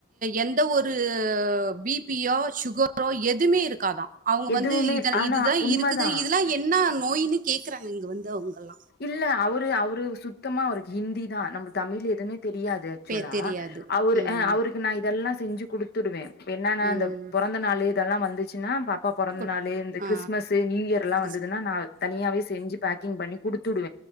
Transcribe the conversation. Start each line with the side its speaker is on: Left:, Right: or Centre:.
Right: எந்த ஒரு பிபியோ சுகரோ எதுவுமே இருக்கு க்க தான் அவங்க
Left: எதுவுமே
Right: வந்து
Left: ஆனா
Right: இதுதான்
Left: உண்மதா
Right: இருக்குது இதெல்லாம் என்ன நோய்னுகேக்குறாங்க இங்க வந்துங்கல்லாம்
Left: இல்ல அவரு அவரு சுத்தமா அவருக்கு ஹிந்தி தான் நம்ம தமிழ் எதுவுமே தெரியாது ஆக்சுவலா
Right: பெ தெரியாது.
Left: அவரு
Right: ம்.
Left: அவருக்கு நான் இதெல்லாம் செஞ்சு கொடுத்துடுவேன் என்னன்னா
Right: ம்.
Left: அந்த பிறந்த நாள் ல்லாம் வந்துச்சுன்னா பா பிறந்த
Right: குட்
Left: நாலு இந்த
Right: ஆ.
Left: கிறி்துமஸ் நியூ இயர் எல்லாம்
Right: கிறிஸ்
Left: வந்ததுன்னா நான் தனியாவே செஞ்சு பேக்கிங் பண்ணி கொடுத்து